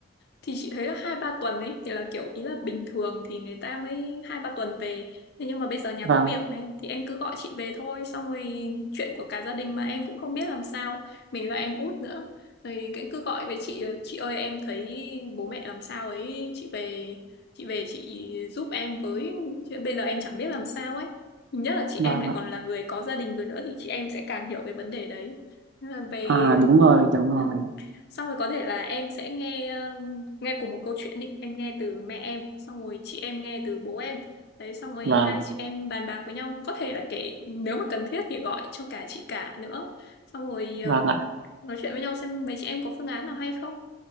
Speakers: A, on the left; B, on the right.
A: thì chị thấy là hai ba tuần ấy thì là kiểu ý là bình thường thì người ta mới hai ba tuần về thế nhưng mà bây giờ nhà
B: Vâng,
A: có việc này thì em cứ gọi chị về thôi xong rồi chuyện của cả gia đình mà em cũng không biết làm sao mình là em út nữa rồi cái- cứ gọi với chị là, chị ơi em thấy bố mẹ làm sao ấy chị về chị về chị giúp em với Chứ bây giờ em chẳng biết làm sao ấy nhất là chị
B: vâng
A: em lại
B: ạ.
A: còn là người có gia đình rồi nữa thì chị em sẽ càng hiểu cái vấn đề đấy Nên là về
B: À, đúng rồi, đúng rồi.
A: Ừ. Xong rồi có thể là em sẽ nghe ờ, nghe cùng một câu chuyện đi em nghe từ mẹ em xong rồi chị em nghe từ bố em đấy xong rồi
B: Vâng,
A: hai chị em bàn bạc với nhau có thể là kể nếu mà cần thiết thì gọi cho cả chị cả nữa xong rồi ờ,
B: vâng ạ.
A: nói chuyện với nhau xem mấy chị em có phương án nào hay không